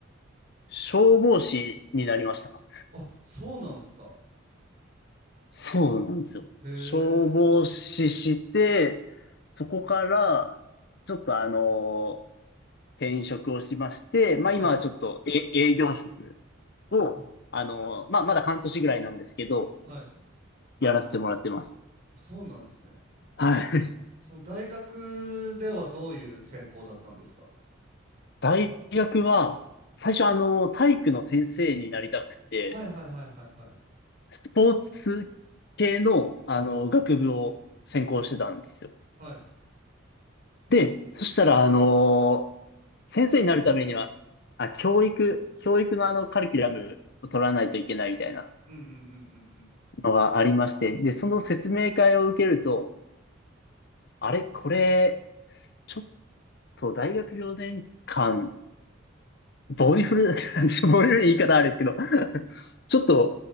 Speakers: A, on the left (about 55°); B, on the right (about 40°).
A: 消防士になりました。
B: あ、そうなんですか。
A: そうなんですよ。
B: へえ、
A: 消防士して、そこから、ちょっとあの、転職をしまして、まあ、
B: はい。
A: 今はちょっと、え、営業職を、
B: あ、
A: あの、まあ、まだ半年ぐらいなんですけど、
B: はい。
A: やらせてもらってます。
B: あ、そうなんですね。
A: はい。
B: その大学ではどういう専攻だったんですか
A: 大学は、最初あの、体育の先生になりたくて、
B: はいはいはいはいはい。
A: スポーツ系の、あの、学部を専攻してたんですよ。
B: はい。
A: で、そしたら、あの、先生になるためには、あ、教育、教育のあの、カリキュラムを取らないといけないみたいな
B: うんうんうんうんうん。
A: のがありまして、で、その説明会を受けると、あれ、これ、ちょっと大学4年間ボディフル、<laughs> ちょボディフル言い方あれですけど、ちょっと、
B: な、